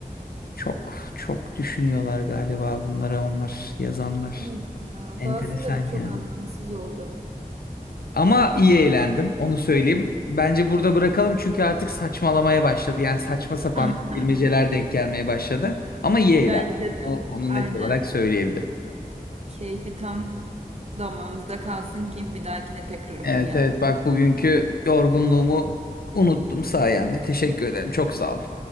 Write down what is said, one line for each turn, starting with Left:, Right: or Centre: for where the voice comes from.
Left: Çok çok düşünüyorlar galiba bunlara onlar yazanlar.
Right: Evet ya,
Left: Enteresan
Right: bazıları çok
Left: yani.
Right: anlamsız oldu.
Left: Ama iyi eğlendim onu söyleyeyim. Bence burada bırakalım çünkü artık saçmalamaya başladı. Yani saçma sapan
Right: <laughs>
Left: bilmeceler denk gelmeye başladı. Ama iyi eğlendim.
Right: Bence de.
Left: Onu, onu
Right: Aynen.
Left: net olarak söyleyebilirim.
Right: Keyfi tam damağımızda kalsın ki bir dahakine tekrar oynayalım.
Left: Evet evet bak bugünkü yorgunluğumu unuttum sayende. Teşekkür ederim çok sağ ol.